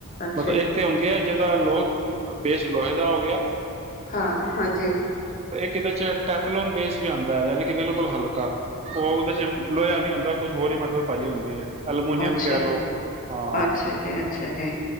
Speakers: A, on the left; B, on the right.
A: ਅੱਛਾ
B: ਮਤਲਬ
A: ਜੀ
B: ਇੱਕ ਤੇ ਹੁੰਦੀ ਹੈ ਜਦੋਂ, ਲੋਹ ਬੇਸ ਲੋਹੇ ਦਾ ਹੋ ਗਿਆ।
A: ਹਾਂ ਹਾਂਜੀ,
B: ਐਦੇ ਚ ਟੈਟਲੋ ਬੈਸ ਵੀ ਆਦਾ ਹੈਗਾ ਨੀ, ਬਿਲਕੁਲ ਹਲਕਾ ਉਹ ਉਹਦੇ ਚ ਲੋਇਆ ਨਹੀਂ ਹੁੰਦਾ ਕੁਛ ਹੋਰ ਹੀ ਮੈਟਲ ਪਾਈ ਹੁੰਦੀ ਹੈ। ਐਲੂਮੀਨੀਅਮ
A: ਅੱਛਾ
B: ਕਹਿ ਲਓ ਹਾਂ
A: ਅੱਛਾ ਜੀ ਅੱਛਾ ਜੀ